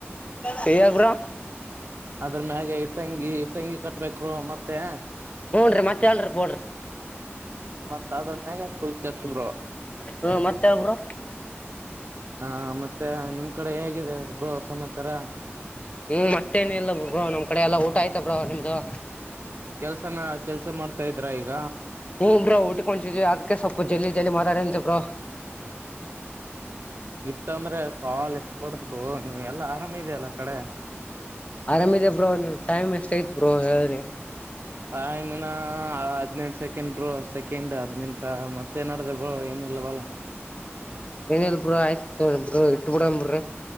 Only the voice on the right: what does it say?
ಅದ್ರ ಮ್ಯಾಗೆ ಇಟ್ಟಂಗಿ ಇಟ್ಟಂಗಿ ಕಟ್ಬೇಕರು ಮತ್ತೆ
ಸಾಬ್ರ ಮಾಗ ಚಲ್ತ ಚುಂಬ್ರ
ಹಾ ಮತ್ತೆ ನಿಮ್ ಕಡೆ ಹೇಗಿದೆ ಬ್ರೋ ಸಮಾಚಾರ
ಕೆಲ್ಸನ ಕೆಲ್ಸ ಮಾಡ್ತಾ ಇದ್ರಾ ಈಗ
ಇತ್ತ ಅಂದ್ರೆ ಕಾಲ್ ಇಕ್ಬಡಿದ್ ಬೋ ನೀವ್ ಎಲ್ಲಾ ಆರಾಮ ಇದೆಯಲ್ಲ ಕಡೆ
ಟೈಮಿನ ಹದ್ಿನೆಂಟು ಸೆಕೆಂಡ್ ಬೋ ಸೆಕೆಂಡ್ ಹದ್ಿನೆಂಟ ಮತ್ತೆ ನಡದ್ರೋ ಏನಿಲ್ಲ ಬಲ್ಲ